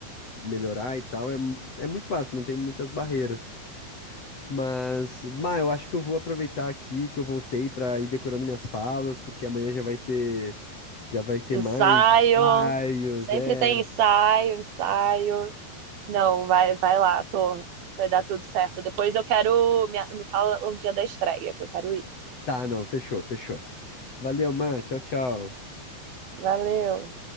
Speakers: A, on the left (about 35°); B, on the right (about 65°).
A: melhorar e tal, é, mu- é muito fácil, não tem muitas barreiras. Mas, Má, eu acho que eu vou aproveitar aqui que eu voltei pra ir decorando minhas falas, porque amanhã já vai ter, já vai ter
B: ensaio,
A: mais ensaios,
B: sempre
A: é.
B: tem ensaio, ensaio. Não, vai, vai lá, tô. Vai dar tudo certo. Depois eu quero. Me, me fala o dia da estreia, que eu quero ir.
A: Tá, não, fechou, fechou. Valeu, Má, tchau, tchau.
B: Valeu.